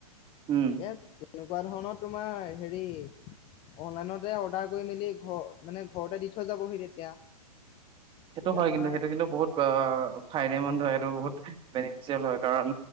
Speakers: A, on the right; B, on the left.
A: উম
B: তাকাত এনেকুৱা ধৰণৰ তোমাৰ হেৰি অনলাইনতে অৰ্ডাৰ কৰি মেলি ঘ মানে ঘৰতে দি থৈ যাবহি তেতিয়া
A: সেইটো
B: তেতিয়া
A: হয়
B: তোমাৰ
A: কিন্তু সেইটো কিন্তু বহুত ফাইদে মন্দ
B: অ'
A: হয় সেইটো বহুত বেনিফিচিয়েল হয় কাৰণ